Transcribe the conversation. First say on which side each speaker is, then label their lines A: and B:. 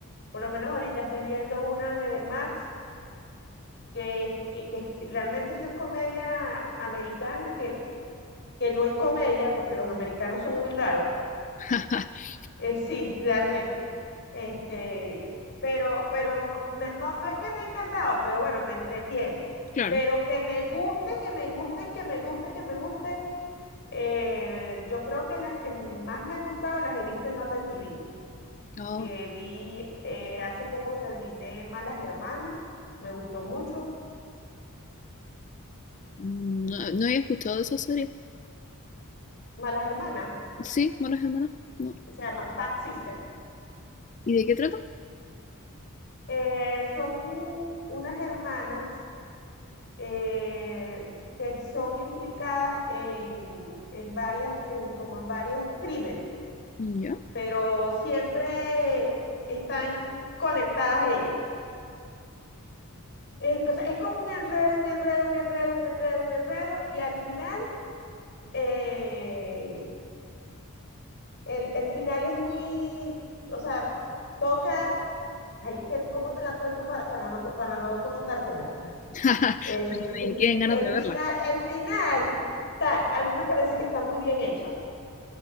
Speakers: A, on the left (about 55°); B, on the left (about 35°).
A: por lo menos ahorita estoy viendo una de Max, que, es- eh, que es- realmente eso es comedia americana, que, que no es comedia, porque los americanos son muy raros. <laughs>
B: <laughs>
A: Eh, sí, realmente. Este, pero pero no, me- no, no es que me ha encantado, pero bueno, me entretiene.
B: Claro.
A: Pero que me guste, que me gusten, que me guste, que me gusten, Eh, yo creo que las que más me han gustado las he visto en Apple TV,
B: Oh,
A: que vi eh, hace poco terminé Malas Hermanas, me gustó mucho.
B: no, no había escuchado de esa serie.
A: Malas Hermanas,
B: Sí, Malas Hermanas, no.
A: se llama Bad Sister.
B: ¿Y de qué trata?
A: Eh, son unas hermanas eh, que son implicadas en, en varias, en, como en varios crímenes,
B: Ya.
A: pero siempre están conectadas ellas. Entonces es como un enredo, un enredo, un enredo, un enredo, un enredo, y al final, eh, el, el final es muy, o sea, toca, ay, que- ¿cómo te la cuento para, para no, co- para no contártela?
B: <laughs>
A: Eh,
B: porque
A: <laughs>
B: Me queden ganas
A: el
B: de verla.
A: final, el final, está- a mí me parece que está muy bien hecha,